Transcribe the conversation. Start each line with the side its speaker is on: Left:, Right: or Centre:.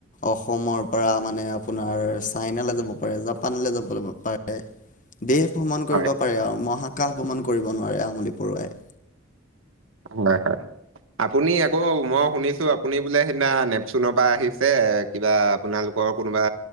Left: অসমৰ পৰা মানে আপোনাৰ চাইনালৈ যাব পাৰে জাপানলৈ যাব লাগিব। দেশ ভ্ৰমণ
Right: হয়
Left: কৰিব পাৰে আৰু মহাকাশ ভ্ৰমণ। কৰিব নোৱাৰে আমলি পৰুৱাই।
Right: হহ এটা আপুনি আকৌ মই শুনিছোঁ, আপুনি বোলে সিদিনা নেপচুনৰ পৰা আহিছে, কিবা আপোনালোক- কৰ কোনোবা।